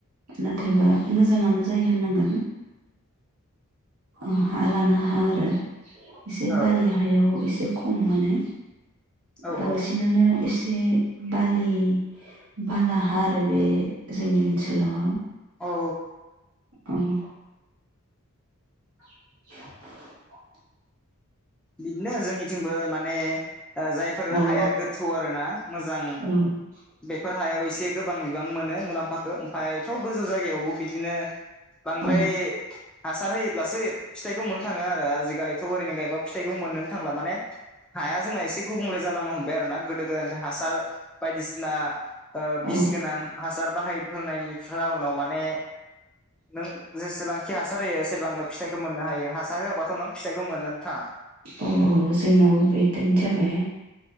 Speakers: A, on the right; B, in the centre.
A: नाथायबा मोजाङानो जायो होननांगोन। उम हा लाना हा आरो एसे
B: औ
A: बारलि हायाव एसे खम मोनो।
B: औ
A: बांसिनानो
B: औ
A: एसे बालि बालाहा आरो बे जोंनि ओनसोलाव।
B: अ औ
A: उम <inaudible>
B: बिदिनो जोंनिथिंबो माने ओ जायफोर
A: अ
B: हाया गोथौ आरो ना मोजां।
A: <unintelligible>
B: बेफोर हायाव एसे गोबां बिबां मोनो मुलाम्फााखौ। ओमफायथ' गोजौ जायगायावबो बिदिनो बांद्राय
A: औ
B: हासार होयोब्लासो फिथाइखौ मोननो थाङो आरो आजिखालिथ' ओरैनो गायबा फिथाइखौ मोनोनो थांला माने हाया जोंना एसे गुबुंले जालांनो हमबाय आरो ना गोदो गोदायनिफ्राय हासार बायदिसि ना ओ बिस
A: औ
B: गोनां हासार बाहायबोनायनिफ्रा उनाव माने नों जेसेबांखि हासार होयो एसेबांनो फिथाइखौ मोननो हायो, हासार होआबाथ' नों फिथाइखौ मोननानै थाङा।
A: औ जोंनाव बेदिनो जाबाय